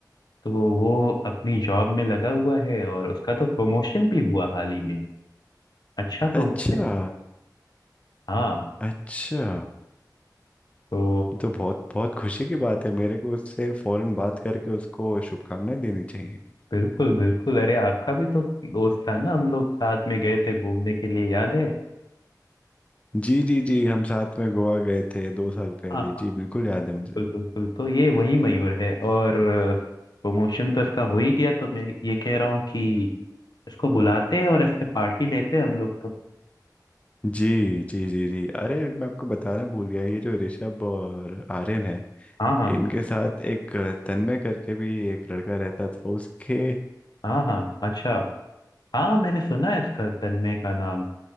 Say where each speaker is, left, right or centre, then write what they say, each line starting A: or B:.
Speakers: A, on the left; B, on the left.
A: तो वो अपनी जॉब में लगा हुआ है और उसका तो प्रमोशन भी हुआ हाल ही में अच्छा प्रमोशन
B: अच्छा
A: हाँ
B: अच्छा
A: तो
B: ये तो बहुत बहुत खुशी की बात है मेरे को उससे फौरन बात करके उसको शुभकामनाएं देनी चाहिए
A: बिल्कुल बिल्कुल अरे आपका भी तो दोस्त था ना हम लोग साथ में गए थे घूमने के लिए याद है
B: जी जी जी हम साथ में गोवा गए थे दो साल पहले
A: हाँ
B: जी बिल्कुल याद है मुझे
A: बिल्कुल बिल्कुल तो ये वही मयूर है और प्रमोशन तो इसका हो ही गया तो मैं ये कह रहा हूँ कि इसको बुलाते हैं और इससे पार्टी लेते हैं हम लोग तो
B: जी जी जी जी अरे अब मैं आपको बताना भूल गया ये जो ऋषभ और आर्यन है
A: हाँ हाँ
B: इनके साथ एक तन्मय करके भी एक लड़का रहता था उसके
A: हाँ हाँ अच्छा हाँ मैंने सुना है इसका तन्मय का नाम